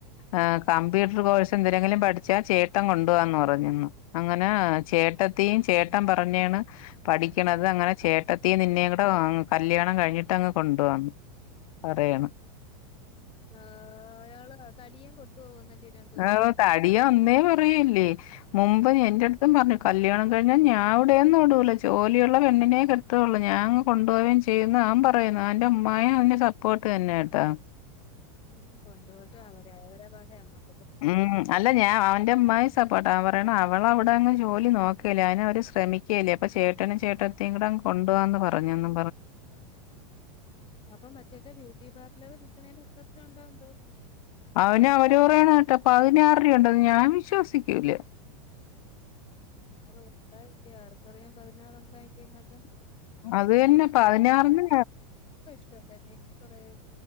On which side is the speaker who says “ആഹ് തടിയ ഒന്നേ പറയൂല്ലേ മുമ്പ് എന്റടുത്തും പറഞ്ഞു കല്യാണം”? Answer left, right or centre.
Left